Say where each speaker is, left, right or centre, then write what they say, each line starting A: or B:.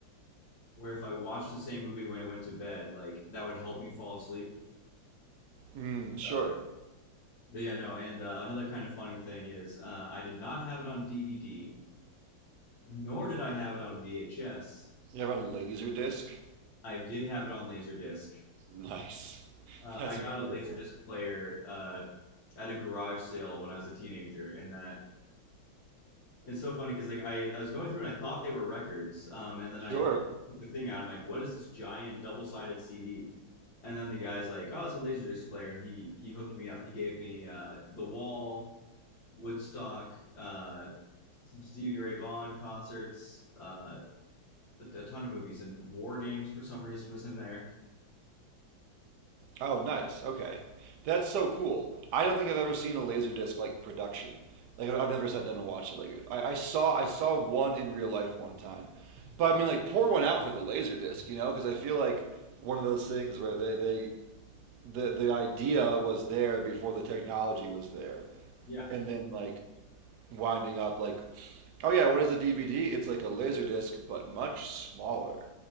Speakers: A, on the left; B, on the right.
A: where if I watched the same movie when I went to bed, like that would help me fall asleep.
B: Mm, sure.
A: So But yeah, no, and uh, another kind of funny thing is uh, I did not have it on DVD, nor did I have it on VHS.
B: You ever on a laser disc?
A: I did have it on Laserdisc.
B: Nice.
A: Uh,
B: That's
A: I got
B: incredible.
A: a Laserdisc player uh, at a garage sale when I was a teenager, and that it's so funny because like I, I was going through and I thought they were records, um, and then I
B: Sure.
A: took the thing out. I'm like, what is this giant double-sided CD? And then the guy's like, oh, it's a Laserdisc player, and he he hooked me up. He gave me uh, The Wall, Woodstock, uh, some Stevie Ray Vaughan concerts, uh, a, a ton of movies, and War Games for some reason was in there.
B: Oh, nice. Okay. That's so cool. I don't think I've ever seen a laser disc like production. Like I've I've never sat down and watched it. Like I, I saw I saw one in real life one time, but I mean like pour one out for the laser disc, you know? Because I feel like one of those things where they they the the idea was there before the technology was there,
A: Yeah,
B: and then like winding up like, oh yeah, what is a DVD? It's like a laser disc, but much smaller.